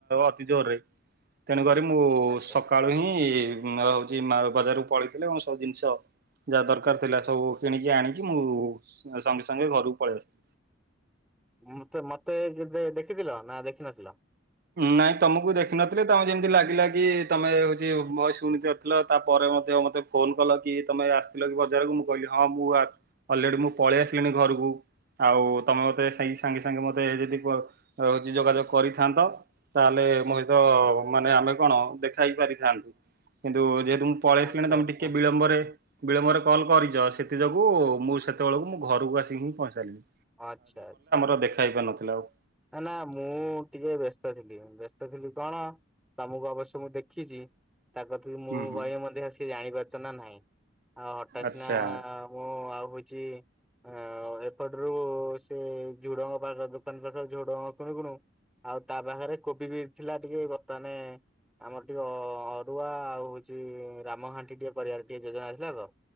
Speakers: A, on the right; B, in the centre.
A: ଅତି ଜୋର ରେ ତେଣୁକରି ମୁଁ
B: ଆଚ୍ଛା।
A: ସକାଳୁ ହିଁ ହଉଛି ମାଳା ବଜାରକୁ ପଳେଇଥିଲ ଏବଂ ସବୁ ଜିନିଷ ଯାହା ଦରକାର ଥିଲା ସବୁ କିଣିକି ଆଣିକି ମୁଁ ସଙ୍ଗେ ସଙ୍ଗେ ଘରକୁ ପଳେଇ ଆସିଥିଲି।
B: ମତେ ମତେ କେବେ ଦେଖିଥିଲ ନା ଦେଖିନଥିଲ?
A: ନାଇଁ ତମକୁ ଦେଖୁିନଥିଲେ ତମେ ଯେମିତି ଲାଗିଲା କି ତମେ ହଉଛି ଭୟସ ଶୁଣି ହେଲା ତାପରେ ମଧ୍ୟ ମୋତେ ଫୋନ କଲ କି ତମେ ଆସିଥିଲ କି ବଜାରକୁ ମୁଁ କହିଲି ହଁ ମୁଁ ଅଲରେଡି ମୁଁ ପଳେଇ ଆସିଲିଣି ଘରକୁ। ଆଉ ତମେ ମତେ ସେଇଠି ସାଙ୍ଗେ ସାଙ୍ଗେ ମତେ ଯଦି ରହୁଛି ଯୋଗାଯୋଗ କରିଥାନ୍ତ ତାହେଲେ ମୁହିତ ମାନେ ଆମେ କଣ ଦେଖା ହେଇ ପାରିଥାନ୍ତି କିନ୍ତୁ ଯେହେତୁ ମୁ ପଳେଇ
B: ଆଚ୍ଛା
A: ଆସିଲିଣି ତମେ
B: ଆଚ୍ଛା
A: ଟିକେ ବିଳମ୍ବରେ ବିଳମ୍ବରେ କଲ୍ କରିଛ ସେଥି ଯୋଗୁ ମୁଁ ସେତେବେଳକୁ ମୁଁ ଘରକୁ ଆସିକି ହିଁ ପହଞ୍ଚି ସାରିଲିଣି।
B: ଆଛା ଆଚ୍ଛା।
A: ଦେଖା ହେଇ ପାର ନଥିଲା ଆଉ
B: ନା ନା ମୁଁ ଟିକେ ବ୍ୟସ୍ତ ଥିଲି ବ୍ୟସ୍ତ ଥିଲି କଣ ତମକୁ ଆବଶ୍ୟ ମୁଁ ଦେଖିଛି ତା କ ମୁଁ
A: ହୁଁ ହୁଁ
B: କହିବି ମଧ୍ୟ ସିଏ ଜାଣିପାରୁଛ ନା ନାହିଁ ଆଉ ହଠାତ୍
A: ଆଚ୍ଛା।
B: ସିନା ମୁଁ ଆଉ ହଉଛି ଅ ଏପଟରୁ ସେ ଝୁଡଙ୍ଗ ପାଖ ଦୋକାନ ପାଖ ତୋ ଝୋଡଙ୍ଗ କୁଣୁକୁନୁ ଆଉ ତା ପାଖରେ କୋବି ବି ଥିଲା ଟିକେ ବର୍ତ୍ତମାନେ ଆମର ଟିକେ ଅରୁଆ ଆଉ ହଉଛି ରାମଘାଣ୍ଟି ଟିକେ କରିବାର ଟିକେ ଯୋଜନା ଆଥିଲା ତ